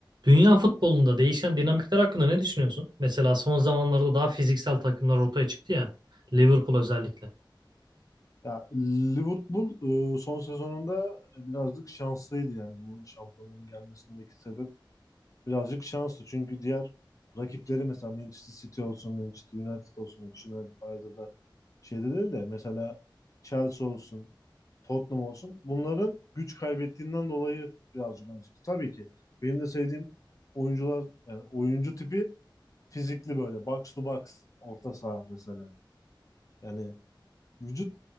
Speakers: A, on the right; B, on the left.
A: Dünya futbolunda değişen dinamikler hakkında ne düşünüyorsun? Mesela son zamanlarda daha fiziksel takımlar ortaya çıktı ya. Liverpool özellikle.
B: Ya Liverpool e, son sezonunda e, birazcık şanslıydı yani bu şampiyonluğun gelmesindeki sebep birazcık şanslı Çünkü diğer rakipleri mesela Manchester City olsun, Manchester United olsun, Manchester United bayağıdır da şeyde değil de mesela Chelsea olsun, Tottenham olsun bunların güç kaybettiğinden dolayı birazcık öne çıktı. Tabii ki benim de sevdiğim oyuncular yani oyuncu tipi fizikli böyle box to box orta saha mesela. Yani Vücut